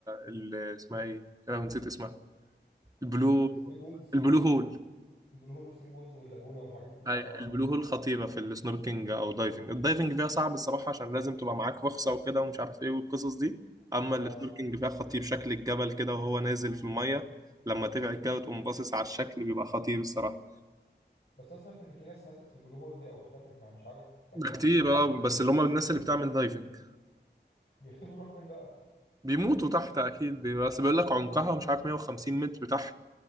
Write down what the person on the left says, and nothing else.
الثري بولز
البلو هول والثري بولز واللاجونة والحاجات دي كلها
اه
اه
بس انا سمعت ان في ناس ماتت في البلو هول دي او اختفت مع مش عارف كان
ده صح
ولا
لا
بيختفوا يروحوا فين بقى